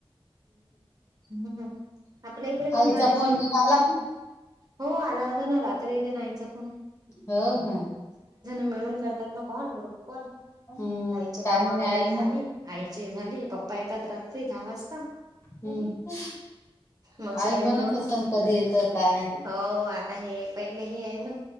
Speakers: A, on the right; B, on the left.
A: हम्म हम आपल्या इकडे पण
B: आईचा
A: बरेच
B: फोन
A: आहेत ना मग
B: आला
A: हो आला होता ना रात्री इथे नाहीच कोण
B: हो का
A: मिळून करतात ना कॉल ग्रुप कॉल
B: हम्म
A: ताईचे
B: काय
A: काम
B: म्हणे
A: वगैरे
B: आई
A: झाले
B: मग
A: आईची झाली पप्पा येतात रात्री दहा वाजता
B: हम्म
A: मग सगळे
B: आई म्हणतसल
A: मिळून
B: कधी येतं काय
A: हो आता हे पहिले हे आहे ना